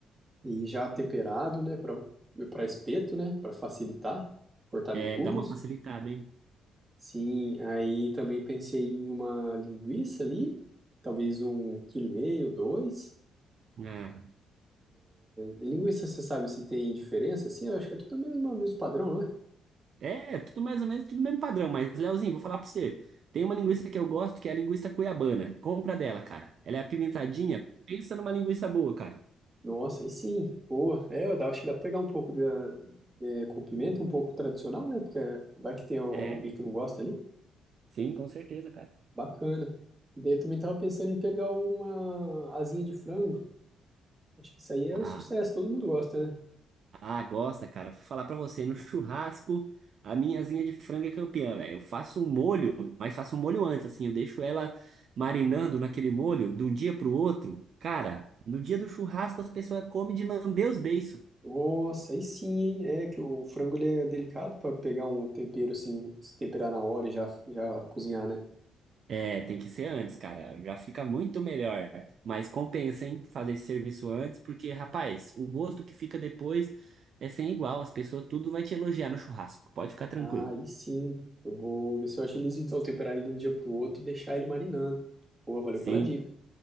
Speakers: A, on the right; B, on the right.
A: e já temperado, né, para para espeto, né, para facilitar, cortado
B: É,
A: em cubos.
B: dá uma facilitada, hein?
A: Sim, aí também pensei em uma linguiça ali, talvez um quilo e meio, dois.
B: Ah.
A: É, Linguiça, você sabe se tem diferença? Sim, eu acho que é tudo o mesmo, mesmo padrão, né?
B: É, tudo mais ou menos, tudo mesmo padrão. Mas, Leozinho, vou falar pra você. Tem uma linguiça que eu gosto, que é a linguiça cuiabana. Compra dela, cara. Ela é apimentadinha. Pensa numa linguiça boa, cara.
A: Nossa, aí sim, boa. É, eu dá- acho que dá pra pegar um pouco da, é, com pimenta, um pouco tradicional, né? Porque vai que tem al-
B: É,
A: alguém que não gosta ali.
B: sim, com certeza, cara.
A: Bacana. E daí eu também tava pensando em pegar uma asinha de frango. Acho que isso aí é um
B: Ah.
A: sucesso, todo mundo gosta, né?
B: Ah, gosta, cara. Vou falar pra você, no churrasco, a minha asinha de frango é campeã, velho. Eu faço um molho, mas faço um molho antes, assim, eu deixo ela marinando naquele molho de um dia pro outro. Cara, no dia do churrasco as pessoas comem de lamber os beiços.
A: Nossa, aí sim, hein? É que o frango ele é delicado pra pegar um tempero assim, se temperar na hora e já, já cozinhar, né?
B: É, tem que ser antes, cara. Já fica muito melhor. Mas compensa, hein, fazer esse serviço antes, porque, rapaz, o gosto que fica depois é sem igual. As pessoas tudo vai te elogiar no churrasco. Pode ficar tranquilo.
A: Ah, Aí sim. Eu vou ver se eu agilizo então temperar ele de um dia pro outro e deixar ele marinando. Boa, valeu
B: Sim,
A: pela dica.